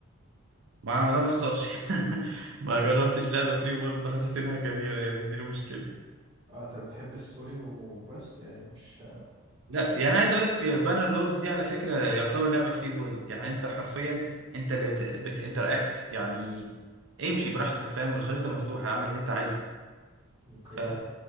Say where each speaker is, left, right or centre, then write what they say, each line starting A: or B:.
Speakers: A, on the right; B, on the right.
A: ما هو ده ما حصلش <laughs> ما جربتش لعبه فري وورلد وحسيت انها جميله يعني دي المشكله
B: اه انت بتحب الستوري وبس يعني مش
A: لا يعني عايز اقول لك بانر لورد دي على فكره يعتبر لعبه فري وورلد يعني انت حرفيا انت اللي بت... بتinteract يعني امشي براحتك فاهم الخريطه مفتوحه اعمل اللي انت عايزه
B: اوكي
A: ف...